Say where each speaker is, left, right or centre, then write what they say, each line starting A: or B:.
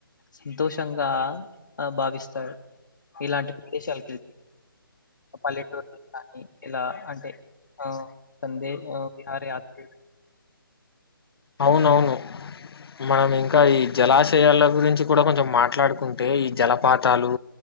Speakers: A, on the left; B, on the left.
A: సంతోషంగా భావిస్తారు ఇలాంటి ప్రదేశాలకి పల్లెటూరులో కానీ ఇలా అంటే ఆ సంందే బహార యాత్ర
B: అవునవును మనం ఇంకా ఈ జలాశయాల గురించి కూడా కొంచెం మాట్లాడుకుంటే ఈ జలపాతాలు